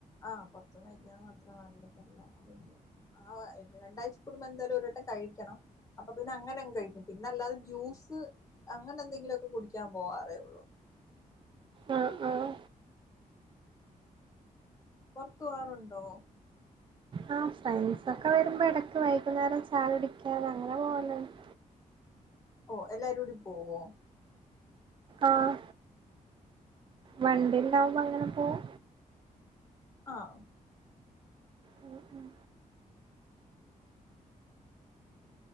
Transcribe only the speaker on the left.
ആഹ് പൊറത്ത്നിന്ന് കഴിക്കാൻ മാത്രം വന്നിട്ടില്ല അതുകൊണ്ട് ആഹ് രണ്ടാഴ്ച കൂടുമ്പോ എന്തായാലും ഒരു വട്ടം കഴിക്കണം അപ്പൊ പിന്നെ അങ്ങനങ്ങ് കഴിക്കും പിന്നെ അല്ലാതെ ജ്യൂസ് അങ്ങനെ എന്തെങ്കിലുമൊക്കെ കുടിക്കാൻ പോവാറേള്ളൂ
പുറത്തു പോകാറുണ്ടോ
ഓ എല്ലാരൂടി പോവോ
ആഹ്